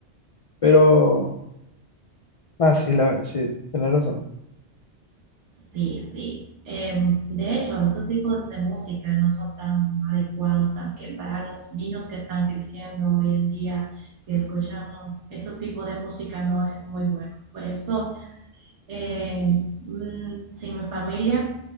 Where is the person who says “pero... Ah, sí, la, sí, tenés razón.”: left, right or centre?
Left